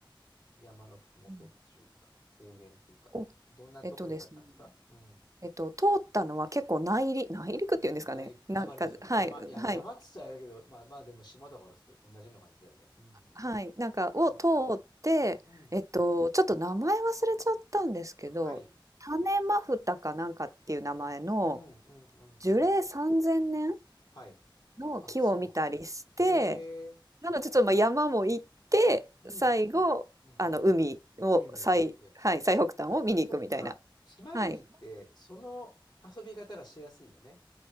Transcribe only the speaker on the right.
うん。
お、
えっとですね。えっと、通ったのは結構内陸、内陸っていうんですかね。
なんか、
はい、
はい、
はい。なんか、
を通って、
えっと、ちょっと名前忘れちゃったんですけど、
種マフタかなんかっていう名前の
樹齢3000年
の木を見たりして、
なのでちょっとまあ山も行って、
最後、
あの海を最、
はい、最北端を見に行くみたいな。
はい